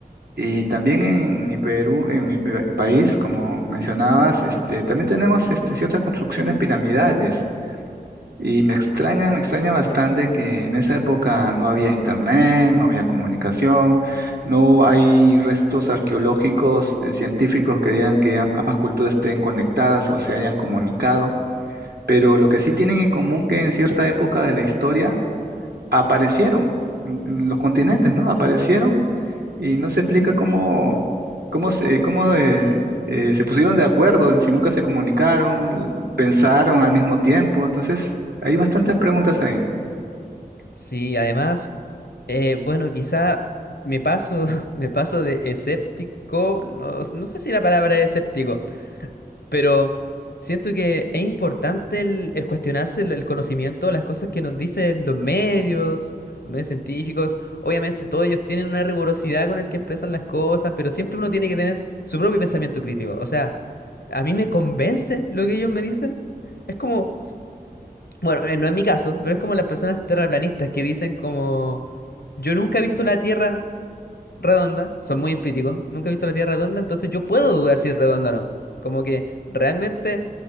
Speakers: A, on the right; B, on the left.
A: Y también en mi Perú, en mi pa- país, como mencionabas, este, también tenemos este, ciertas construcciones piramidales. Y me extraña, me extraña bastante que en esa época no había internet, no había comunicación, no hay restos arqueológicos, eh, científicos que digan que am- ambas culturas estén conectadas o se hayan comunicado, pero lo que sí tienen en común que en cierta época de la historia aparecieron en en los continentes, ¿no? Aparecieron y no se explica cómo, cómo se, cómo, eh, eh, se pusieron de acuerdo, en si nunca se comunicaron, l- pensaron al mismo tiempo. Entonces, hay bastantes preguntas ahí.
B: Sí, además, eh, bueno, quizá me paso, <laughs> me paso de escéptico, no, no sé si la palabra es escéptico, pero siento que es importante el, el cuestionarse el, el conocimiento, las cosas que nos dicen los medios, los medios científicos. Obviamente todos ellos tienen una rigurosidad con el que expresan las cosas, pero siempre uno tiene que tener su propio pensamiento crítico. O sea, a mí me convence lo que ellos me dicen. Es como, bueno, eh, no es mi caso, pero es como las personas terraplanistas que dicen como, yo nunca he visto la Tierra redonda, son muy empíricos, nunca he visto la Tierra redonda, entonces yo puedo dudar si es redonda o no. Como que realmente